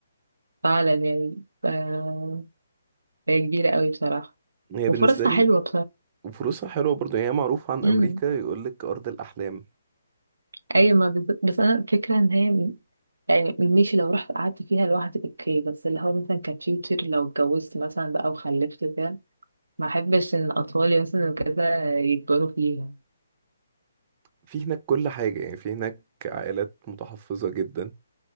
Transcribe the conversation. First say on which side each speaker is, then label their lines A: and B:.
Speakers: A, on the right; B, on the right.
A: فعلا يعني آه هي كبيرة قوي بصراحة
B: هي
A: وفرصها
B: بالنسبه لي
A: حلوة
B: وفلوسها حلوه برضه يعني هي معروفه عن
A: بصراحة
B: امريكا يقول لك ارض الاحلام
A: ايوه ما بالظبط بس انا الفكره ان هي م- يعني ماشي لو رحت قعدت فيها لوحدي اوكي بس اللي هو مثلا كفيوتشر لو اتجوزت مثلا بقى وخلفت كده ما احبش ان اطفالي مثلا وكذا يكبروا فيها
B: في هناك كل حاجه يعني في هناك عائلات متحفظة جدا